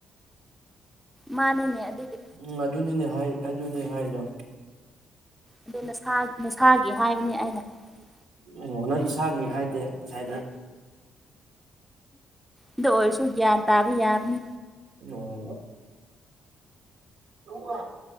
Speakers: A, on the right (about 80°); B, in the centre.
A: <inaudible>
B: ꯃꯥꯅꯤꯅꯦ ꯑꯗꯨꯗꯤ
A: ꯎꯝ ꯑꯗꯨꯅꯤꯅꯦ ꯍꯥꯏ ꯑꯗꯨꯅꯤ ꯍꯥꯏꯗꯣ
B: ꯑꯗꯨ ꯅꯁꯥ ꯅꯁꯥꯒꯤ ꯍꯥꯏꯕꯅꯤ ꯑꯩꯅ ꯍꯥꯏꯕꯗꯤ
A: ꯉꯅ ꯏꯁꯥꯒꯤ ꯍꯥꯏꯗꯦ ꯉꯁꯥꯏꯗꯤ
B: ꯑꯗꯨ ꯑꯣꯏꯔꯁꯨ ꯒ꯭ꯌꯥꯟ ꯇꯥꯕ ꯌꯥꯕꯅꯤ
A: ꯑꯣ <unintelligible>